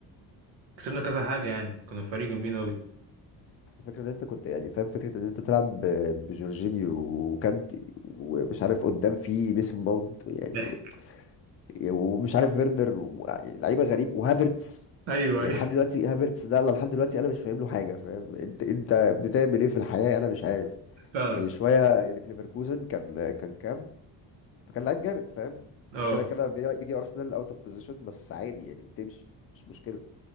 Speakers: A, on the right; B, on the left.
A: كسبنا كذا حاجة يعني كانوا الفريق جامدين أوي
B: بس الفكره ان انت كنت يعني فاهم فكره ان انت تلعب ب- بجورجينيو وكانتي ومش عارف قدام في ميسون ماونت يعني
A: ضحك
B: و- ومش عارف فيردر و- يعني لعيبه غريب وهافرتس
A: أيوه
B: يعني
A: أيوه
B: لحد دلوقتي هافرتس ده انا لحد دلوقتي انا مش فاهم له حاجه فاهم انت انت بتعمل ايه في الحياه انا مش عارف
A: <laughs> فعلا
B: يعني شويه يعني في ليفركوزن كان كان كام فكان لعيب جامد فاهم
A: أه
B: كده كده بي- بيجي ارسنال اوت اوف بوزيشن بس عادي يعني بتمشي مش مشكله